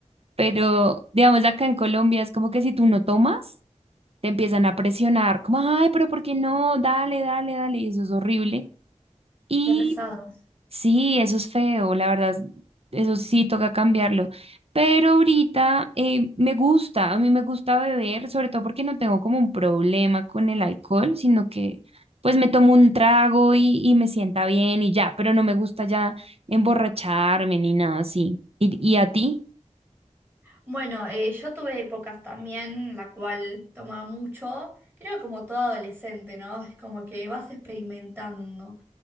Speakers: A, on the right; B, on the right.
A: pero digamos acá en Colombia es como que si tú no tomas, te empiezan a presionar, como, ay, pero ¿por qué no? Dale, dale, dale, y eso es horrible. Y
B: Qué pesados.
A: Sí, eso es feo, la verdad, eso sí toca cambiarlo. Pero ahorita eh, me gusta, a mí me gusta beber, sobre todo porque no tengo como un problema con el alcohol, sino que pues me tomo un trago y, y me sienta bien y ya, pero no me gusta ya emborracharme ni nada así. ¿Y, y a ti?
B: Bueno, eh, yo tuve épocas también la cual tomaba mucho, creo como todo adolescente, ¿no? Es como que vas experimentando.